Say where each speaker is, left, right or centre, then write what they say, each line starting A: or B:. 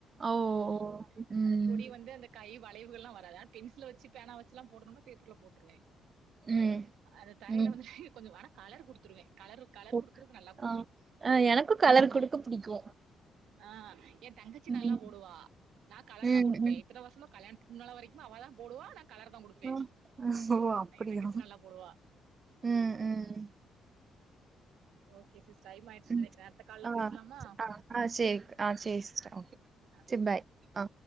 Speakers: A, on the right; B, on the right.
A: ஓ!
B: உம்
A: ஓ! ம்.
B: அந்த பொடி வந்து அந்த கை வளைவுகள்ல்லாம் வராது ஆனி பென்சில வச்சு பேனா வச்சுல்லாம் போடணும்னா பேப்பர்ல போட்டுருவேன்
A: ம்.
B: அந்த தரையில
A: ம்.
B: வந்து கொஞ்சோ ஆனா கலர் குடுத்துருவேன் கலர் கலர்
A: ஓ!
B: குடுக்குறது நல்லா குடுப்பேன்
A: ஆ. அ எனக்கும் கலர் குடுக்க பிடிக்கும்
B: ஆ என் தங்கச்சி நல்லா
A: ம்.
B: போடுவா நா கலர்
A: ம்.
B: தா குடுப்பேன்
A: ம்.
B: இத்தன வருசமா கல்யாணத்துக்கு முன்னால வரைக்கும் அவ தான் போடுவா நா கலர் தான் குடுப்பேன்
A: ஆ. ஓ! அப்படியா?
B: அ என் தங்கச்சி நல்லா போடுவா
A: ம். ம்.
B: ஓகே சிஸ்டர் டைம் ஆயிடுச்சு
A: ம்.
B: நினைக்கிறேன் அடுத்த கால்ல
A: ஆ.
B: பேசலாமா
A: ஆ. ஆ சேரி
B: ம்
A: ஆ சேரி சிஸ்டர்
B: ஆ
A: ஓகே
B: ஆ
A: சேரி பாய் ஆ.